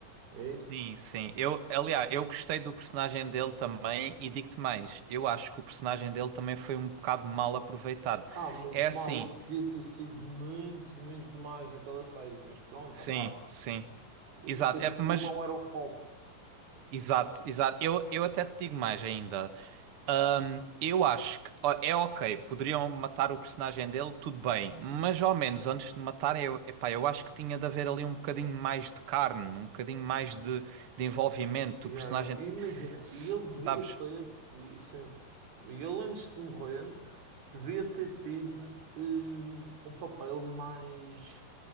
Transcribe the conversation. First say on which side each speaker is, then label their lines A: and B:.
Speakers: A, on the right; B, on the right.
A: diz?
B: sim, sim. Eu, aliás, eu gostei do personagem dele também e digo-te mais. Eu acho que o personagem dele também foi um bocado mal aproveitado.
A: Ah, menos
B: É
A: mal,
B: assim,
A: eu podia ter sido muito, muito mais naquela série, mas pronto,
B: sim,
A: opá,
B: sim.
A: eu
B: Exato.
A: percebo
B: É,
A: que
B: mas.
A: ele não era o foco.
B: Exato, exato. Eu, eu até te digo mais ainda. Ahm, eu acho que ó, é ok, poderiam matar o personagem dele, tudo bem, mas
A: Ok.
B: ao menos antes de matar, eu, epá, eu acho que tinha de haver ali um bocadinho mais de carne, um bocadinho mais de, de envolvimento.
A: Yeah,
B: O personagem,
A: yeah. E Imagina,
B: se-
A: e ele devia
B: sabes,
A: ter, e e sim, ele antes de morrer, devia ter tido hum, um papel mais,